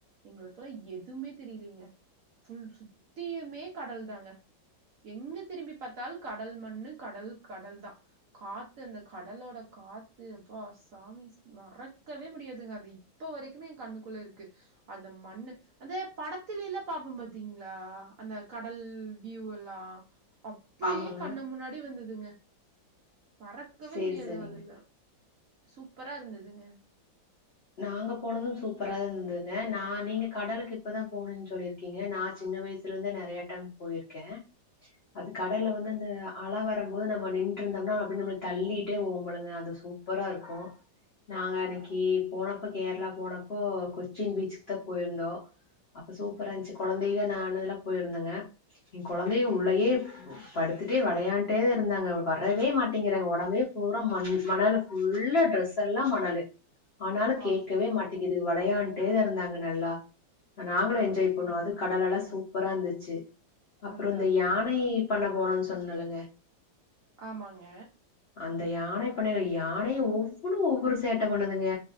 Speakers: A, on the right; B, on the left.
A: எங்களுக்கெல்லா எதுமே தெரிலிங்க ஃபுல் சுத்தியுமே கடல் தாங்க எங்க திரும்பி பாத்தாலு கடல் மண்ணு கடல் கடல் தா காத்து அந்த கடலோட காத்து அப்பா சாமி மறக்கவே முடியாதுங்க அது இப்ப வரைக்குமே ஏ கண்ணுக்குள்ள இருக்கு அந்த மண்ணு அந்தே படத்திலெல்லா பாப்போ பாத்தீங்களா அந்த கடல் வியூ எல் லா அப்புடியே
B: ஆமாங்க.
A: கண்ணு முன்னாடி வந்ததுங்க மறக்கவே
B: சரி,
A: முடியாது
B: சரிங்க.
A: அதெல்லா சூப்பரா இருந்ததுங்க
B: நாங்க போனது சூப்பரா இருந்தங்க. நா நீங்க கடலுக்கு இப்பதா போணேன்னு சொல்லி இரு க்கீங்க. நா சின்ன வயசுல இருந்து நெறைய டைம் போயிர்க்கே அது கடல்லு வந்து அந்த அல வரம்போது நம்ம நின்ட்டு இருந்தம்னா அதப்டியே நம்மள தள்ளிட்டே ஓம்பழுங்க அது சூ ப்பரா இருக்கு. நாங்க அன்னிக்கி போனப்ப கேரளா போனப்போ கொச்சின் பீச்சுக்கு தா போய் இருந்தோ அப்ப சூப்பரா இருந்ச்சு கொழந்தைக நானுல்லா போய்ருந்தோங்க. ஏ கொழந்தைங்க உள்ளயே படுத்துட்டே வெளயாண்டே இருந்தாங்க. வரவே மாட்டேங்குறாங்க ஒடம்பே பூரா மண் மணலு ஃபுல்லா ட்ரெஸ் எல்லா மணலு ஆனாலு
A: ஆ
B: கேக்கவே மாட்டேக்கிது. வளயான்டே இருந்தாங்க நல்லா. நாங்களு
A: அது
B: என்ஜாய் பண்ணோ அது கடல் அல சூப்பரா இருந்துச்சு. அப்புறோ
A: அது
B: இந்த
A: அதாங்க
B: யானையி பண்ண போனோன்னு சொன்னேலங்க
A: ஆமாங்க
B: அந்த யானை பண்ணைல யானையே ஒவ்வொன்னு ஒவ்வொரு சேட்ட பண்ணுதுங்க.